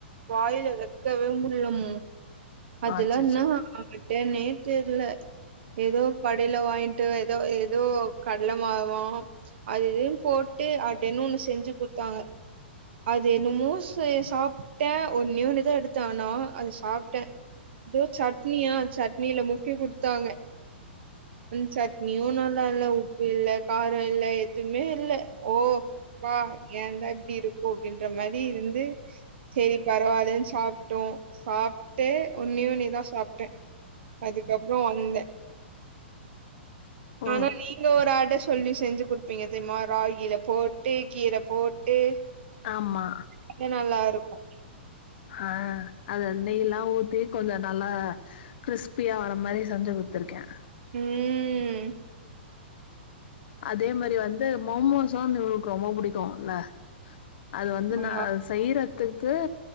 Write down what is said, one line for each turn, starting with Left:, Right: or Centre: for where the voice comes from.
Right: வாயில வைக்கவே முடியமும் அதுெல்லாம்ன்ன
Left: அச்சச்சோ
Right: என்னே தெரியல ஏதோ கடையில வாங்கிட்டு ஏதோ ஏதோ கடலை மாவம் அது எதுையும் போட்டு அடன்னு ஒண்ணு செஞ்சு குடுத்தாங்க அது என்னமோ சாப்பிட்டேன் ஒன்னூன்னுதான் எடுத்த ஆனா அதை சாப்பிட்டேன் இதோ சட்னியா சட்னியில முக்கிய குடுத்தாங்க அ சட்னியும் நல்லா இல்ல உப்பு இல்லை காரம் இல்லை எதுவுமே இல்லை ஓப்ப ஏ தான் இப்படி இருக்கும் அப்படின்ற மாதிரி இருந்து சரி பரவாயில்ன்னு சாப்பிட்டோம் சாப்பிட்டு உன்னி உண்ணிதான் சாப்பிட்டேன் அதுக்கப்புறம் வந்தேன்
Left: ஓ
Right: ஆனா நீங்க ஒரு ஆட சொல்லி செஞ்சு கொடுப்பீங்க தெயமா ராகில போட்டு கீரை போட்டு
Left: ஆமா
Right: இது நல்லா இருக்கும்
Left: ஆஹ் அத நெய் எல்லாம் ஊத்தி கொஞ்சம் நல்லா கிறிஸ்பியா வர மாதிரி செஞ்சு கொத்துருக்கேன்
Right: உம்
Left: அதே மாதிரி வந்து மோமோஸும் உளுக்கு ரொம்ப பிடிக்கும் இல்ல அது வந்து
Right: ஆமா
Left: ந சைர துத்துக்கு